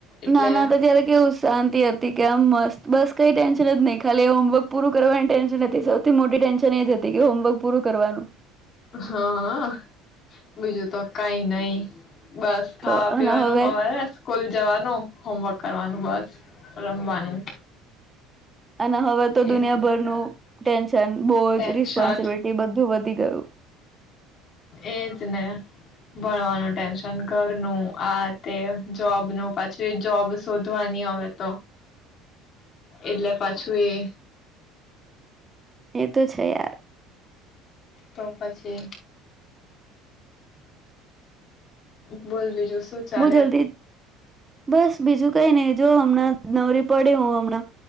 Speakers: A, on the left (about 50°); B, on the right (about 25°).
A: એટલે
B: નાના તો જયારે કેવું શાંતિ હતી કે આમ મસ્ત બસ કઈ ટેન્શન જ નહી ખાલી હોમવર્ક પૂરું કરવાની ટેન્શન હતી સૌથી મોટી ટેન્શન એ જ હતી કે હોમવર્ક પૂરું કરવાનું.
A: હા બીજું તો કઈ નઈ બસ ખાવા
B: તો
A: પીવાનું
B: અને હવે
A: હવારે સ્કૂલ જવાનું હોમવર્ક કરવાનું બસ રમવાનું
B: અને હવે તો
A: એજ
B: દુનિયાભરનું
A: ને
B: ટેન્શન બોજ
A: ટેન્શન
B: રિસ્પોન્સિબિલિટી બધું વધી ગયુ
A: એજ ને ભણવાનું ટેન્શન ઘરનું આ તે જોબ નુ પાછી જોબ શોધવાની અવે તો એટલે પાછું એ
B: એ તો છે યાર
A: તો પછી બોલ બીજું શું ચાલે
B: બહુ જલ્દી બસ બીજું કઈ નહીિ જો હમણાં નવરી પડી હું હમણાં